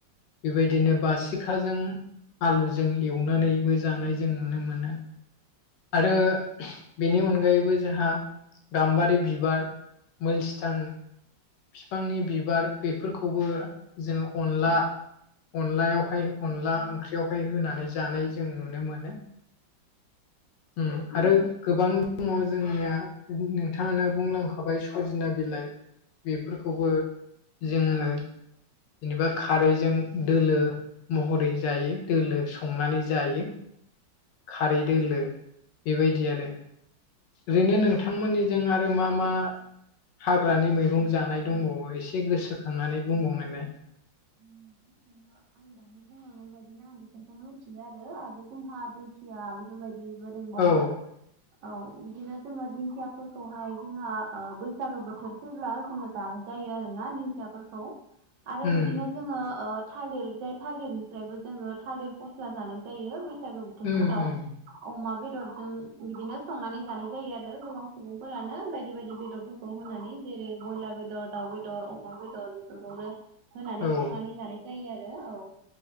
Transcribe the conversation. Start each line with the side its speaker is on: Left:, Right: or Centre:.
Left: बेबायदिनो बासिखाजों आलुजों एवनानैबो जानाय जों नुनो मोनो। आरो बेनि अनगायैबो जोंहा गाम्बारि बिबार मोलसिथां बिफांनि बिबार बेफोरखौबो जों अनला अनलायावहाय अनला ओंख्रियावहाय होनानै जानाय जों नुनो मोनो उम आरो गोबां दङ' जोंनिया नोंथाङानो बुंलांखाबाय सजना बिलाइ। बेफोरखौबो जोङो जेनेबा खारैजों दोलो महरै जायो दोलो। संनानै जायो खारै दोलो बेबायदि आरो। ओरैनो नोंथांमोननिजों आरो मा मा हाग्रानि मैगं जानाय दंबावो एसे गोसोखांनानै बुंबावनायलाय?
Right: <unintelligible> आं दानि बुं बायदिनो आं बेफोरखौनो मिथियो आरो जोंहा दिंखिया बेफोरबायदि जिबो रोंबावो
Left: औ
Right: औ बिदिनो जोङो दिंखियाफोरखौहाय जोंहा ओ बैसागो बोथोर फैब्ला जोङो जानाय जायो आरोना दिंखियाफोरखौ आरो
Left: उम
Right: बिदि नो जोङो ओ थालिर जाय थालिरनिफ्रायबो जोङो थालिर फस्ला जानाय जायो। बैसागो बोथोरफोराव
Left: उम उम
Right: अमा बेदरजों बिदिनो संनानै जानाय जायो आरो। आरो गोबां सुबुंफोरानो बायदि बायदि बेदरफोरखौ होनानै जेरै बयलार बेदर दाउ बेदर अ मा बेदर बेफोरखौनो होनानै
Left: औ
Right: संनानै जानाय जायो आरो औ